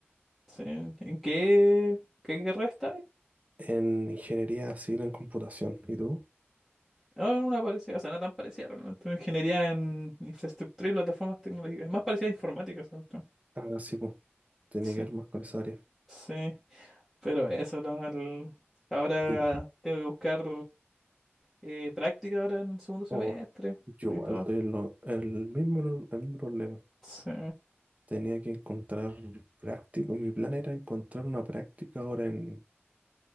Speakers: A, in the centre; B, on the right (about 35°).
A: Sí. ¿En qué, qué carrera estáis?
B: En ingeniería civil en computación. ¿Y tú?
A: No, no, una parecida, o sea, no tan parecida realmente. Una ingeniería en infraestructura y plataformas tecnológicas. Más parecida a informática, sobre todo.
B: Ah, sí, pues. Tiene
A: Sí,
B: que ver más con esa área.
A: sí. Pero eso, ¿no? El- Ahora
B: No.
A: tengo que buscar eh, práctica ahora en el segundo semestre
B: Oh, yo
A: y
B: igual
A: todo.
B: estoy en lo- el mismo, el mismo problema.
A: Sí.
B: Tenía que encontrar práctico. Mi plan era encontrar una práctica ahora en,